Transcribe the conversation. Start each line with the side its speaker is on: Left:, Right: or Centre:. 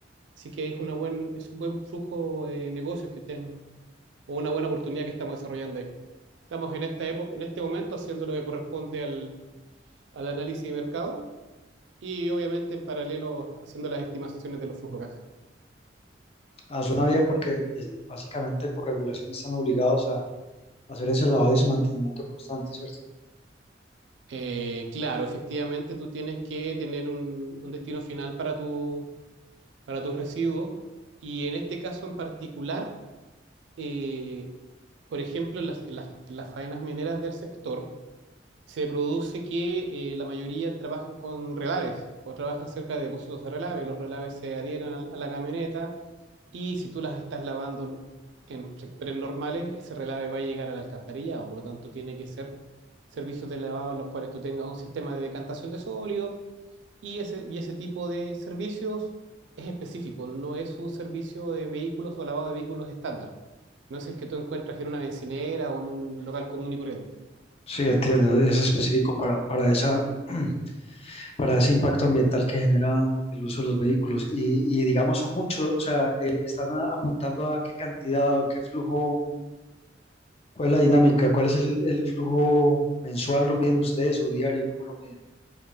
Right: Así que es, una buen, es un buen flujo de negocios que tienen o una buena oportunidad que estamos desarrollando ahí. Estamos en esta época, en este momento haciendo lo que corresponde al, al análisis de mercado y obviamente en paralelo haciendo las estimaciones de los flujos de caja.
Left: Ah, suena bien porque es- básicamente por regulación están obligados a hacer ese lavado y ese mantenimiento constante, ¿cierto?
Right: Eh, claro, efectivamente tú tienes que tener un, un destino final para tu, para tus residuos y en este caso en particular, eh, por ejemplo, en las, en las- en las faenas mineras del sector, se produce que eh, la mayoría trabajan con relaves o trabajan cerca de depósitos de relaves. Los relaves se adhieren al- a, la camioneta y si tú las estás lavando en sectores normales, ese relave va a llegar al alcantarillado. Por lo tanto, tiene que ser servicios de lavado en los cuales tú tengas un sistema de decantación de sólido y ese, y ese tipo de servicios es específico, no es un servicio de vehículos o lavado de vehículos estándar. No es el que tú encuentras en una bencinera o en un local común y corriente.
Left: Sí, entiendo. Es específico para, para esa, <clears throat> para ese impacto ambiental que genera el uso de los vehículos. Y, y digamos, son muchos, o sea, eh, están a- apuntando a qué cantidad o qué flujo ¿Cuál es la dinámica? ¿Cuál es el, el flujo mensual? ¿Lo miden ustedes o diario? ¿Cómo lo miden?